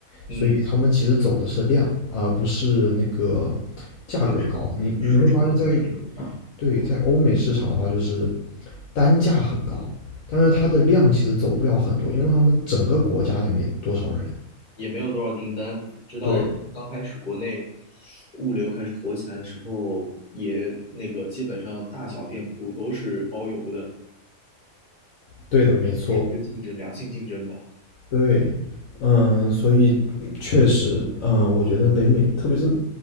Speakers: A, on the left; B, on the left.
A: 所以他们其实走的是量，
B: 嗯，
A: 而不是那个价格高。
B: 确实，
A: 你你会发现在，
B: 市场也市场也大，
A: 对，在欧美市场的话，就是单价很高，但是它的量其实走不了很多，因为他们整个国家也没多少人。
B: 也没有多少订单。你知道刚开始国内
A: 对，
B: 物流开始火起来的时候，也那个基本上大小店铺都是包邮的，
A: 对的，没错，
B: 算是一个竞争，良性竞争吧。
A: 对，嗯，所以确实，嗯，我觉得北美，特别是